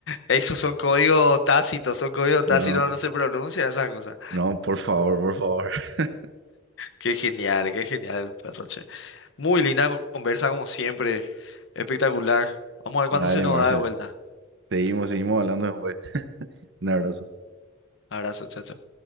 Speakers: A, on the left; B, on the right.
A: Esos son códigos tácitos, son códigos
B: No,
A: tácitos, no se pronuncia esa cosa.
B: no, por favor, por favor. <laughs>
A: Qué genial, qué genial, un perro, che. Muy linda con- conversa como siempre, espectacular. Vamos a ver
B: Dale,
A: cuándo se nos
B: Marce.
A: da de vuelta.
B: Seguimos, seguimos hablando después. Un abrazo.
A: Abrazo, chacho.